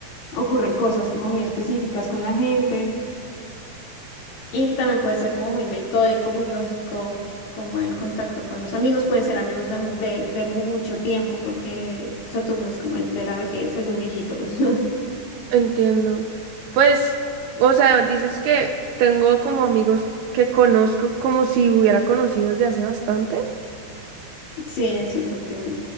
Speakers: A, on the left; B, on the right.
A: ocurren cosas como muy específicas con la gente, y también puede ser como muy metódico, muy lógico, como el contacto con los amigos. Pueden ser amigos de, mu- de, de mucho tiempo, porque Saturno es como el de la vejez, es un viejito. <laughs>
B: Entiendo. Pues, o sea, dices que tengo como amigos que conozco como si hubiera conocido desde hace bastante.
A: Sí, eso es lo que,